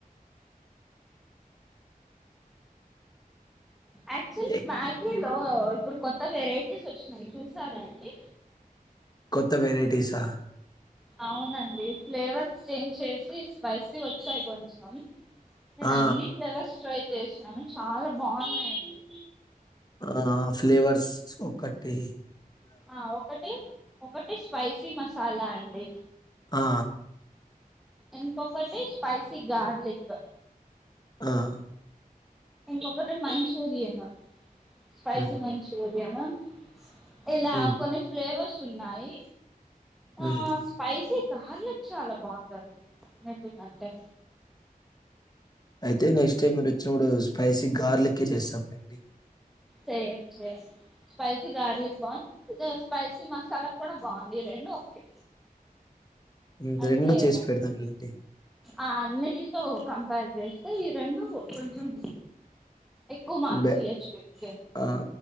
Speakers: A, in the centre; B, on the left.
A: యాక్చువల్
B: ఎ
A: మ్యాగీలో ఇప్డ్ కొత్త వెరైటీస్ వచ్చినయ్ చూసారా అన్డి
B: కొత్త వెరైటిసా
A: అవునన్డి ఫ్లేవర్స్ చేంజ్ చేసి స్పైసీ వచ్చాయ్ కొంచెం నేను
B: ఆ! ఆ!
A: అన్ని ఫ్లేవర్స్ ట్రై చేసిన్ నను చాలా బావున్నాయన్డి
B: ఆ ఫ్ ఫ్లేవర్స్ ఒకట్ ఉమ్
A: హ ఒకటి ఒకటి స్పైసీ మస్ సాల అండి
B: హ
A: ఇంకొకటి స్పైసి గార్లిక్.
B: ఆహ్.
A: ఇంకొకటి మంచురియను. స్పైసీ
B: హ్మ్.
A: మంచూరియన్. ఆహ్. ఇలా
B: హ్మ్.
A: కొన్ని ఫ్లేవర్స్. ఉన్నాయి.
B: హ్మ్.
A: ఆహ్ స్పైసి. గార్లిక్ చాలా బావుందండి మెతి కంటే.
B: అయితే నెక్స్ట్ టైం మీరు వచ్చినప్పుడు స్పైసీ గార్లికే చేస్తామ్లెండి.
A: సేమ్ సేమ్ స్పైసీ గార్లిక్ బావుంది స్పైసీ మసాలా కూడా బావుంది ఈ రెండూ ఓకే.
B: హ్మ్.
A: అంటే
B: రెండు చేసి
A: నా
B: పెడతాం లెండి.
A: ఆహ్ అన్నిటితో. కంపేర్ జెస్తే ఈ రెండు కొంచెం. ఎక్కువ మార్క్స్
B: బె
A: ఇయొచ్చు వీటికి.
B: ఆ!